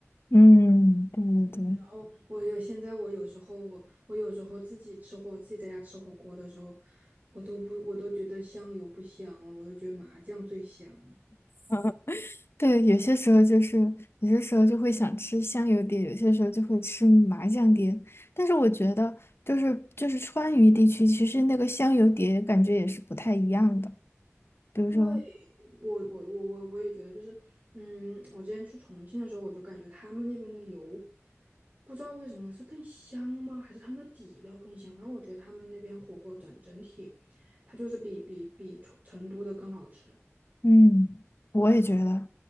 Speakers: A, on the left; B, on the right.
A: 嗯对对对。
B: 哦，我有现在我有时候我我有时候自己吃火，自己在家吃火锅的时候，我都不我都觉得香油不香了，我都觉得麻酱最香。
A: <laughs> 对，有些时候就是，有些时候就会想吃香油碟，有些时候就会吃麻酱碟。但是我觉得，就是就是川渝地区，其实那个香油碟感觉也是不太一样的。比如说。
B: 对，我我我我我也觉得就是，嗯，我之前去重庆的时候，我就感觉他们那边的油，不知道为什么是更香吗？还是他们的底料更香？反正我觉得他们那边火锅整整体，它就是比比比成成都的更好吃。
A: 嗯，我也觉得，